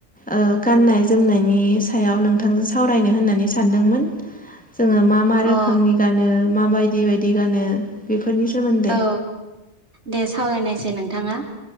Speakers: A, in the centre; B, on the right.
A: ओ गाननाय जोमनायनि सायाव नोंथांजों सावरायनो होननानै सानदोंमोन। जोंङो मा मा रोखोमनि
B: अ
A: गानो मा बायदि बायदि गानो बेफोरनि सोमोन्दै
B: औ दे सावरायनायसाय नोंथाङा।